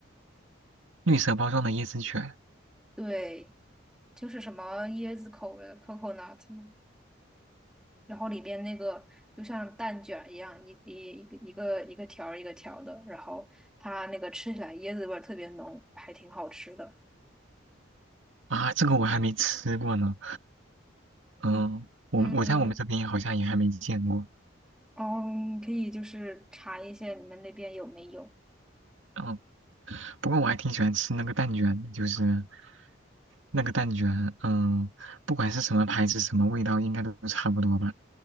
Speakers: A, on the right; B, in the centre.
A: 绿色包装的椰子卷
B: 对，就是什么椰子口味的 coconut 嘛，然后里边那个就像蛋卷一样，一一一个一个一个条儿一个条儿的，然后它那个吃起来椰子味儿特别浓，还挺好吃的。
A: 啊，这个我还没吃过呢。嗯，我我在我们这边好像也还没见过。
B: 嗯，哦，你可以就是查一下你们那边有没有。
A: 嗯。不过我还挺喜欢吃那个蛋卷的，就是那个蛋卷，嗯，不管是什么牌子、什么味道，应该都差不多吧。